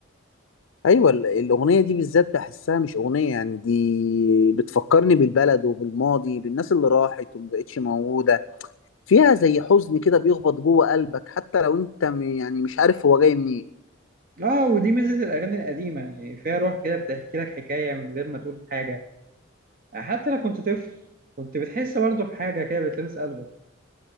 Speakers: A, on the left; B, on the right.
A: ايوه ال- الاغنيه دي بالذات بحسها مش اغنيه يعني دي بتفكرني بالبلد وبالماضي بالناس اللي راحت ومبقتش موجوده فيها زي حزن كده بيخبط جوه قلبك حتى لو انت م- يعني مش عارف هو جاي منين
B: اه ودي ميزه الاغاني القديمه يعني فيها روح كده بتحكي لك حكايه من غير ما تقول حاجه حتى لو كنت طفل كنت بتحس برضه بحاجه كده بتلمس قلبك